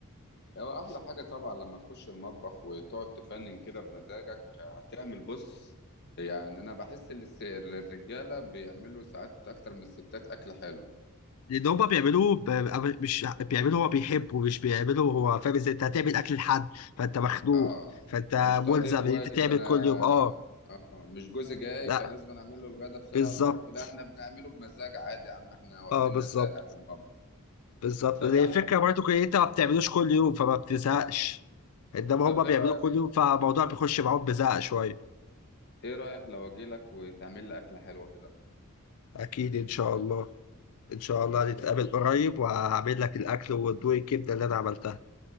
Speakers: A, on the left (about 50°); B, on the left (about 80°).
A: هو احلى حاجه طبعا لما تخش المطبخ وتقعد تفنن كده بمزاجك هتعمل بص يعني انا بحس ان الس- الرجاله بيعملوا ساعات اكتر من الستات اكل حلو
B: لان هما بيعملوه ب... ب- مش بيعملوه هو بيحبه مش بيعملوه هو فاهم ازاي انت هتعمل اكل لحد فانت مخنوق
A: اه
B: فانت
A: مش تقضيه
B: ملزم ان
A: واجب
B: انت تعمل
A: ده انا
B: كل يوم اه
A: اه مش جوزي جاي
B: لا
A: فلازم أنا اعمل له الغدا بسرعه
B: بالظبط
A: مش عارف إيه. لا احنا بنعمله بمزاج عادي يا عم احنا واقفين
B: اه بالظبط
A: نزاهه في المطبخ
B: بالظبط
A: طب
B: هي
A: يا عم
B: الفكره برضو ان انت ما بتعملوش كل يوم فما بتزهقش انما
A: طب
B: هما بيعملوه
A: ايه رايك
B: كل يوم فالموضوع بيخش معاهم بزهق شويه
A: ايه رايك لو اجي لك وتعمل لي اكله حلوه كده
B: اكيد ان شاء الله ان شاء
A: خلاص
B: الله نتقابل
A: يا باشا
B: قريب وهعمل لك الاكل وادوق الكبده اللي انا عملتها